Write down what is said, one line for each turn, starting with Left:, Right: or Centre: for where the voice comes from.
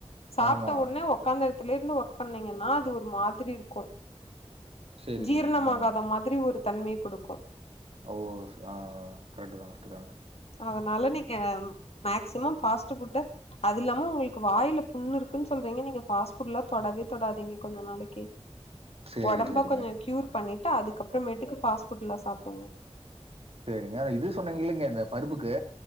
Left: சாப்ட்ட
Right: ஆமா
Left: உடனே உக்காந்த இடத்துல இருந்து ஒர்க் பண்ணீங்கன்னா அது ஒரு மாதிரி இருக்கும்
Right: சேரி
Left: ஜீரணமாகாத
Right: சேரிங்க ஆ
Left: மாரி ஒரு தன்மைய குடுக்கு
Right: ஓ சா கரெக்ட்டுதா கரெக்ட்டுதா
Left: அதனால நீங்க மேக்ஸிமம் ஃபாஸ்ட் ஃபுட்ட அதில்லாம உங்களுக்கு வாயில புண்ணு இருக்குன்னு சொல்றீங்க நீங்க ஃபாஸ்ட் ஃபுட்டெல்லா தொடவே தொடாதீங்க கொஞ்ச நாளைக்கு
Right: சேரி
Left: ஒடம்ப
Right: சேரிங்க.
Left: கொஞ்சோ கியூர் பண்ணிட்டு அதுக்கப்பறமேட்டுக்கு ஃபாஸ்ட் ஃபுட் எல்லா சாப்டுங்க
Right: சேரிங்க அது இது சொன்னீங்கல்லைங்க அந்த பருப்புக்கு